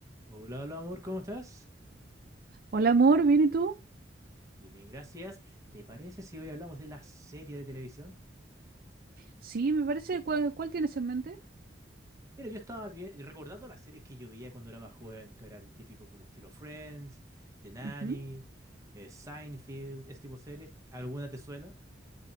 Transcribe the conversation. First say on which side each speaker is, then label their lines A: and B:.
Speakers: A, on the right (about 15°); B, on the right (about 55°).
A: Hola, hola amor, ¿cómo estás?
B: Hola amor, ¿bien y tú?
A: Bien, bien, gracias. ¿Te parece si hoy hablamos de la serie de televisión?
B: Sí, me parece. ¿Cuál, cuál tienes en mente?
A: Mira, yo estaba bien, recordando las series que yo veía cuando era más joven, que eran típico como estilo Friends, The Nanny,
B: Ujú.
A: eh, Seinfeld, ese tipo de series. ¿Alguna te suena?